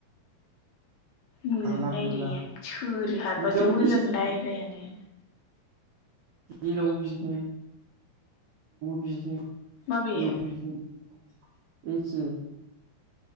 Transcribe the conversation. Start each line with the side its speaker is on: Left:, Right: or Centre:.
Left: मोजां
Right: जारला
Left: रायलाया
Right: बुरला
Left: सोर हाबासो
Right: जेरावबो
Left: मोजां
Right: बिदिनो
Left: रायलायानो
Right: जेरावबो बिदिनो
Left: माबे
Right: जेरावबो बिदिनो <unintelligible> एखे